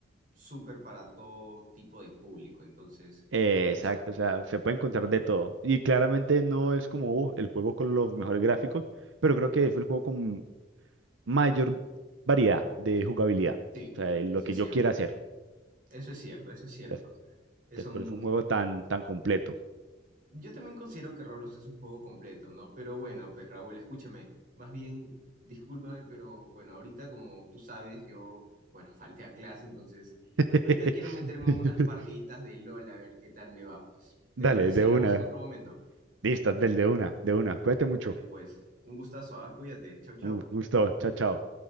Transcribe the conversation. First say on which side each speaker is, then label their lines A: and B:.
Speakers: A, on the right; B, on the right.
A: súper para todo tipo de público. Entonces,
B: Eh,
A: eso,
B: exacto,
A: pues,
B: o sea, se puede encontrar de todo. Y claramente no es como uh, el juego con los mejores gráficos, pero creo que fue el juego con mayor variedad de jugabilidad.
A: sí,
B: O sea, lo
A: eso
B: que
A: es
B: yo
A: cierto.
B: quiera hacer.
A: Eso es cierto, eso es cierto.
B: Entonces,
A: Es
B: entonces,
A: un...
B: Por eso es un juego tan, tan completo.
A: Yo también considero que Roblox es un juego completo, ¿no? Pero bueno, pues Raúl, escúchame. Más bien, discúlpame, pero bueno, ahorita como tú sabes, yo, bueno, <laughs> falté a clase, entonces
B: <laughs>
A: ahorita quiero meterme unas partiditas de LOL a ver qué tal me va, pues.
B: Dale,
A: ¿Te parece si
B: de
A: hablamos
B: una.
A: en otro momento?
B: Listo, del de una, de una. Cuídate mucho.
A: Dale, pues. Un gustazo, ¿ah? Cuídate. Chau, chau.
B: Un gusto. Chao, chao.